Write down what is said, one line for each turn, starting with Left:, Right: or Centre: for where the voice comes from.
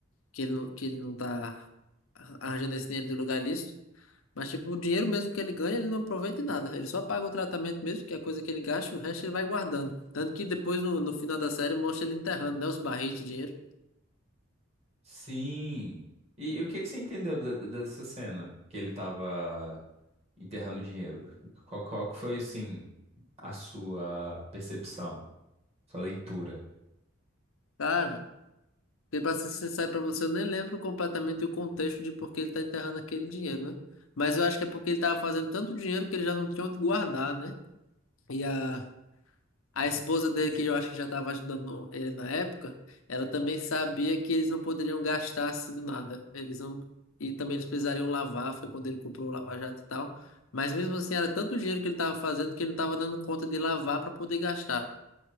Left: que ele não, que ele não tá arranjando esse dinheiro de lugar lícito. Mas, tipo, o dinheiro mesmo que ele ganha, ele não aproveita em nada. Ele só paga o tratamento mesmo, que é a coisa que ele gasta, e o resto ele vai guardando. Tanto que depois, no, no final da série, mostra ele enterrando, né? Os barris de dinheiro.
Right: sim. E, e o que que você entendeu da- da- dessa cena que ele tava enterrando dinheiro? Qual, qual que foi, assim, a sua percepção, sua leitura?
Left: Cara, e pra ser sincero pra você, eu nem lembro completamente o contexto de por que ele tá enterrando aquele dinheiro, né? Mas eu acho que é porque ele tava fazendo tanto dinheiro que ele já não tinha onde guardar, né? E a, A esposa dele, que eu acho que já estava ajudando ele na época, ela também sabia que eles não poderiam gastar assim do nada. Eles não... E também eles precisariam lavar, foi quando ele comprou o Lava Jato e tal. Mas mesmo assim, era tanto dinheiro que ele estava fazendo que ele não estava dando conta de lavar para poder gastar.